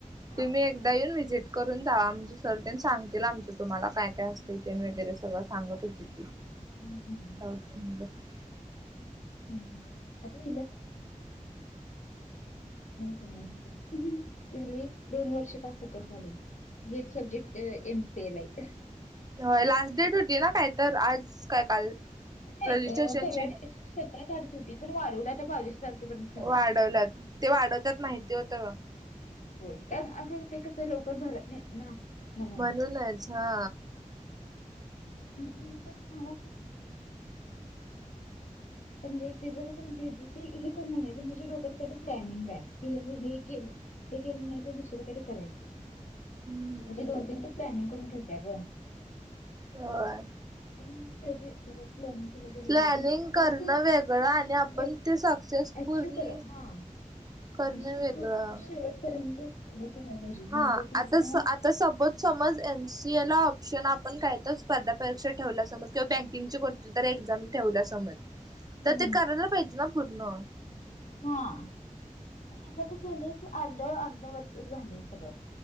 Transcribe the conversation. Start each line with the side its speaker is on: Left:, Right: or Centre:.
Left: हां.
Right: तुम्ही एकदा येऊन व्हिजिट करून जावा म्हणजे सर तेन सांगतील आमचं तुम्हाला काय काय असते
Left: हं,
Right: ते वगैरे सगळं सांगत होती.
Left: हम हम.
Right: <unintelligible>
Left: <unintelligible> <inaudible> नाही करण्याची तले दोन वर्ष का फुकट घालून. हेच सब्जेक्ट एम सी एल ला येतं.
Right: होय लास्ट डेट होती ना काय तर आज काय काल.
Left: नाही
Right: रजिस्ट्रेशनची
Left: परवा सतत आत होती पण वाढवला आता बावीस तारखेपर्यंत झा
Right: वाढवलात ते वाढवतात माहिती होतं
Left: हो कार अगं ते कसं लवकर भरत नाही ना. म्हणून.
Right: म्हणूनच हा
Left: मी पण मला <unintelligible> <unintelligible> तिचं कसं ये माहिती ती हे करणार ये पण तिच्या डोक्यांत काहीतरी प्लॅनिंग ये की मी हे केलं. हे केलं नाही तर दुसरं काही ते करायचं म्हणजे
Right: हम्म
Left: दोन तीन ते प्लॅनिंग करून ठेवती या ग.
Right: होय.
Left: पण शेवटी पर लर्निंग केलं बरोबर
Right: प्लॅनिंग
Left: आहे म्हणजे
Right: करणं
Left: सक्सेस
Right: वेगळं आणि आपण
Left: <inaudible>
Right: ते सक्सेस
Left: अचिव
Right: पूर्ण
Left: कर हा म्हणजे
Right: करणं वेगळं
Left: शेवटपर्यंत हे करायला पाहिजे
Right: हा
Left: ना आता तेव्हा
Right: आता सपोज समज एम सी ए ला ऑप्शन आपण काय तर स्पर्धा परीक्षा ठेवला समज किंवा बँकिंगचे कोण तर एक्झाम ठेवला समज
Left: हम्म.
Right: तर ते करायला पाहिजे ना पूर्ण.
Left: हा त्याच कस झालंय की अर्ध अर्धवट झालेय सगळ.